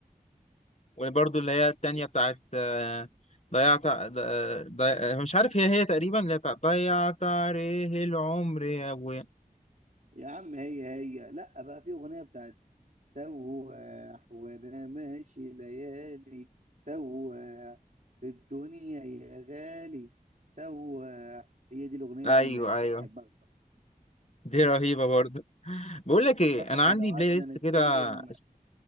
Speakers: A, on the left (about 45°); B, on the right (about 60°).
A: وبرضه اللي هي التانية
B: و-
A: بتاعت آه، ضيعت ع- ض- آه، ضي... آه، مش عارف هي هي تقريبا اللي هي بتاعت ضيعت عليه العمر يا ابويا
B: يا عم هي هي لا بقى في اغنيه بتاعت سواح وانا ماشي ليالي سواح في الدنيا يا غالي سواح هي دي الاغنيه اللي
A: ايوه ايوه
B: بحبها
A: دي رهيبة برضه بقول لك ايه
B: عامة
A: انا
B: احنا
A: عندي
B: لو قعدنا
A: بلاي ليست
B: نتكلم
A: كده اس-